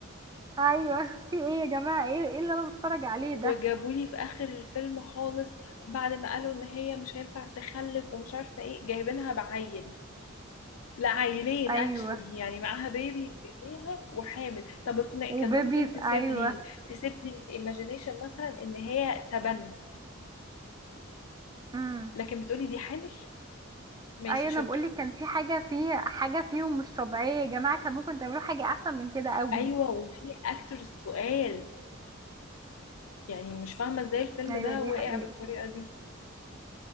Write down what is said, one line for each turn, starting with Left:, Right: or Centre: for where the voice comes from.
Right: ايوه <laughs> في ايه يا جماعه ايه ايه اللي انا بتفرج عليه
Left: وجابولي
Right: ده
Left: في آخر الفيلم خالص بعد ما قالوا إن هي مش هينفع تخلف ومش عارفة ايه جايبينها بعيل لا عيلين
Right: ايوه
Left: اكشلي يعني معاها بيبي في ايديها وحامل طب اقنع
Right: وبيبي
Left: كان ممكن تسيب
Right: ايوه
Left: لي تسيب لي الايماجينيشن مثلا ان هي تبني
Right: امم
Left: لكن بتقولي دي حامل ماشي
Right: ايوه انا
Left: شكرا
Right: بقولك كان في حاجه في حاجه فيهم مش طبيعيه يا جماعه كان ممكن تعملوا حاجه احسن من كده قوي
Left: ايوه وفي اكترز تقال يعني مش فاهمه ازاي الفيلم
Right: ايوه
Left: ده
Right: دي
Left: واقع
Right: حقيقة
Left: بالطريقه دي